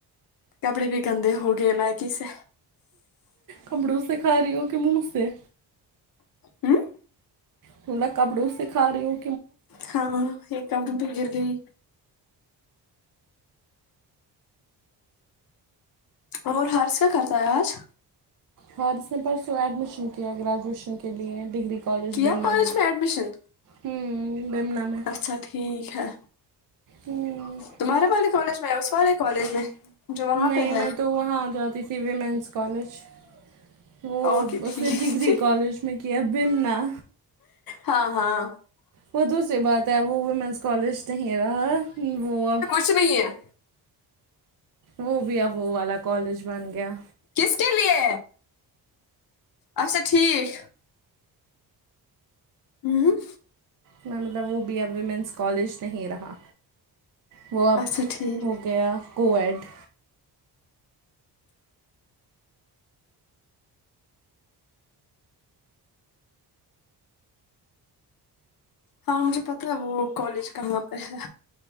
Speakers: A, on the left (about 55°); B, on the right (about 50°).
A: کپڑے بھی گندے ہو گئے میگی سے
B: کپڑوں سے کھا رہی ہوں کے منہ سے
A: ہوں
B: تھوڑا کپڑوں سے کھا رہی ہوں
A: ہاں یہ کپڑوں پے گر گئی اور ہارس کیا کرتا ہے آج
B: ہارس نے پرسوں ایڈمیشن کیا گریجویشن کے لیے ڈگری کالج
A: کیا
B: بیمنا
A: کالج
B: میں
A: ایڈمیشن
B: ہوں بیمنا میں
A: اچھا ٹھیک ہے
B: ہوں
A: تمہارے والے کالج میں اس والے کالج میں جو وہاں
B: نہیں
A: پہ ہے
B: میں تو وہاں جاتی تھی ویمنس کالج وہ
A: اوکے
B: اس
A: ٹھیک
B: نے ڈگری کالج میں کیا بمنا
A: ہاں ہاں
B: وہ دوسری بات ہے اب وہ ویمنس کالج نہیں رہا وہ اب
A: سمایا
B: وہ بھی اب وہ والا کالج بن گیا
A: کس کے لیے اچھا ٹھیک ہوں
B: میں مطلب وہ بی اب ویمنس کالج نہیں رہا وہ اب
A: اچھا ٹھیک
B: ہو گیا کوایڈ
A: ہاں مجھے پتا ہے وہ کالج کہاں پہ ہے